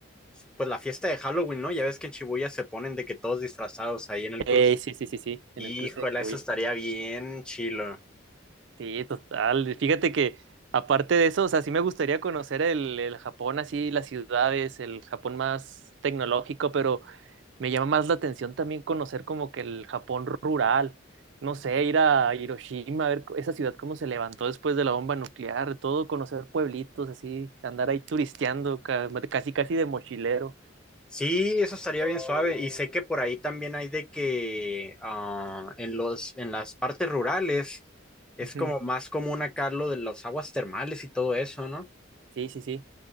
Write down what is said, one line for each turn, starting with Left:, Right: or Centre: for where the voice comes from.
Centre: su- pues la fiesta de Halloween, ¿no? Ya ves que en Shibuya se ponen de que todos disfrazados ahí en el cruce.
Right: Eh, sí, sí, sí, sí, en
Centre: Híjole,
Right: el cruce de Shibuya.
Centre: eso estaría bien chilo.
Right: Sí, total. Fíjate que aparte de eso, o sea, sí me gustaría conocer el, el Japón así, las ciudades, el Japón más tecnológico, pero me llama más la atención también conocer como que el Japón rural. No sé, ir a Hiroshima, a ver co- esa ciudad cómo se levantó después de la bomba nuclear, todo, conocer pueblitos así, andar ahí turisteando, ca- casi casi de mochilero.
Centre: Sí, eso estaría bien suave. Y sé que por ahí también hay de que ah, en los, en las partes rurales es
Right: Ujú.
Centre: como más común acá lo de las aguas termales y todo eso, ¿no?
Right: Sí, sí, sí.